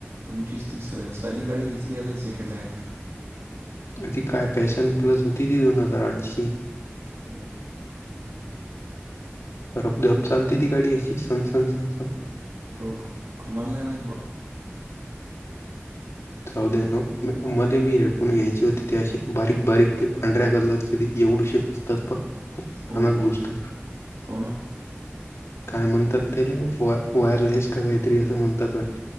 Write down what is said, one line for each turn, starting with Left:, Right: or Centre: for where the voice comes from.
Right: पंचवीस तीस साधी गाडी घेतली असेल सेकंड हँड.
Left: अ ती काय पॅशन प्लस होती ती दोन हजार आठची.
Right: हो का
Left: रबधब चालती ती गाडी अशी सण सण स सण.
Right: हो का आम्हाला नाही माहित बा.
Left: चौद्या न मध्ये मी हेडफोन घ्यायचे होते ते अ बारीक बारीक ते पांढऱ्या कलर. परि एवढू शक असतात कानात
Right: हो
Left: खप ना
Right: हो
Left: गोष्ट.
Right: हो ना
Left: काय म्हणतात त्या वायरलेस का काहीतरी असं म्हणतात वाटतं.